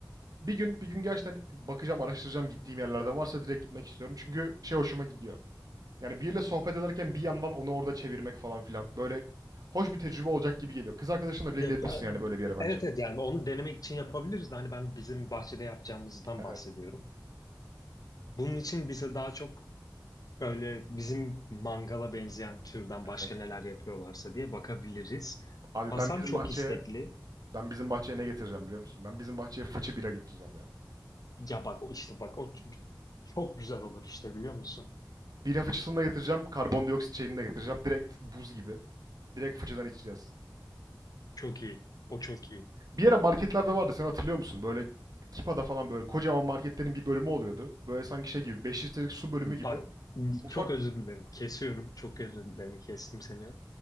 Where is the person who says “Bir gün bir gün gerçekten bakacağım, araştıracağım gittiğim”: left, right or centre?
Right